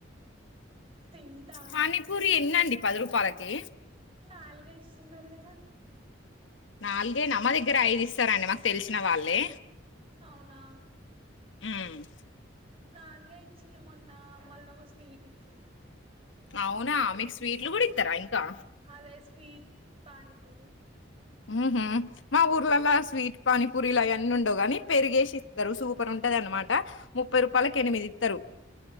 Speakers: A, on the right; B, on the left.
A: తింటా
B: పానీపూరి
A: ఫుల్లు
B: ఎన్నండి పది రూపాయలకి
A: నాల్గే ఇస్తున్నార్ గదా
B: నాల్గేన మా దెగ్గర ఐద్ ఇస్తారండి మాక్ తెల్సినవాళ్ళే
A: అవునా
B: ఉమ్
A: నాల్గే ఇచ్చిళు మొన్న మళ్ళొక స్వీట్ ఇచ్చిళు
B: అవ్నా మీక్ స్వీట్లు గుడిత్తరా ఇంకా
A: అదే స్వీట్ పనీపూరి
B: ఉహు మా ఊర్లాలా స్వీట్ పానీపూరిల్ అయన్ని ఉండవ్ గాని పెరిగేసిస్తారు సూపర్ ఉంటది అనమాట్ ట ముప్పై రూపాలక్ ఎనిమిదిత్తరు